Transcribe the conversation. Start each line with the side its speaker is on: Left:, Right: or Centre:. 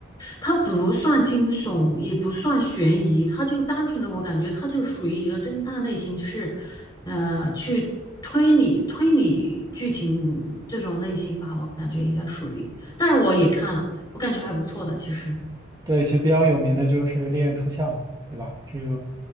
Left: 它不算惊悚，也不算悬疑，它就单纯的，我感觉它就属于一个侦探类型，就是，呃，去推理推理剧情这种类型吧，我感觉应该属于。但是我也看了，我感觉还不错的，其实，
Right: 对，其实比较有名的就是《利刃出鞘》，对吧？这个